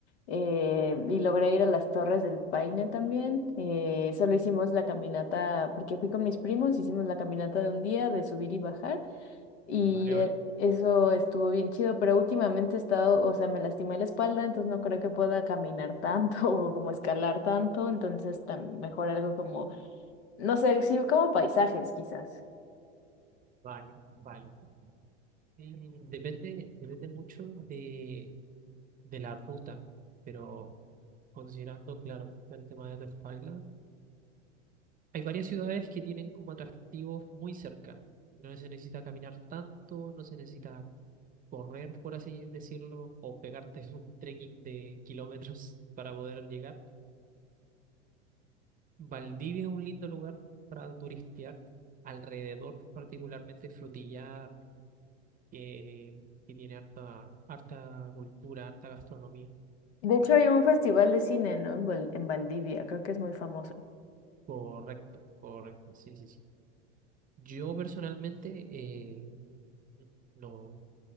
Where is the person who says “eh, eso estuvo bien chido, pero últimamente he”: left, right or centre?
Left